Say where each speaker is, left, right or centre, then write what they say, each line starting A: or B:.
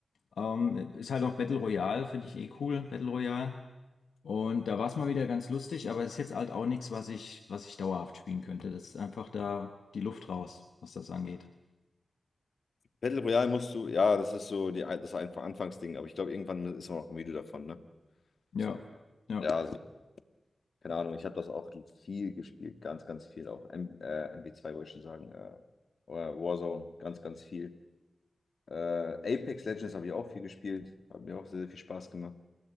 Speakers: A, on the left (about 85°); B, on the left (about 70°).
A: Ähm, ist halt auch Battle Royale, finde ich eh cool, Battle Royale. Und da war es mal wieder ganz lustig, aber ist jetzt halt auch nichts, was ich, was ich dauerhaft spielen könnte. Das ist einfach da die Luft raus, was das angeht.
B: Battle Royale musst du, ja, das ist so die, das einfach Anfangsding, aber ich glaube, irgendwann ist man auch müde davon, ne?
A: Ja,
B: So.
A: ja.
B: Ja, also, keine Ahnung, ich habe das auch viel gespielt, ganz, ganz viel auch. M äh, MB2 wollte ich schon sagen, äh, oder Warzone, ganz, ganz viel. Äh, Apex Legends habe ich auch viel gespielt, hat mir auch sehr, sehr viel Spaß gemacht.